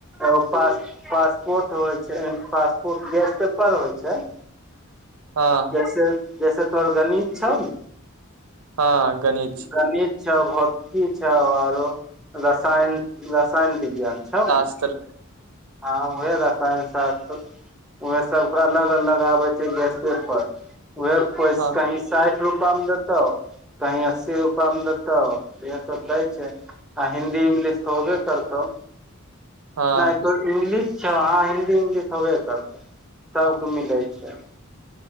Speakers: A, in the centre; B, on the right (about 85°).
A: एगो पास पासपोर्ट होय छै, पासपोर्ट गैस पेपर होय छै। <inaudible>
B: हां।
A: जैसे जैसे तोहर गणित छौ ने।
B: हां गणि
A: गणित छौ, भौतकी छौ आरो रसायन रसायन विज्ञान छौ नै।
B: <unintelligible>
A: हां उहे रसायनशास्त्र उहे सबके अलग-अलग आबै छै गैस पेपर, उहे ओय
B: हँ
A: स <unintelligible> साएठ रूपा मे देतौ, कहीं अस्सी रूपा मे देतौ, इहे सब दै छै। आ हिन्दी, इंग्लिश तो होबे करतौ।
B: हँ
A: नै तोहर इंग्लिश छौ, हाँ हिन्दी इंगलिश होबे करतौ सबके मिलै छै।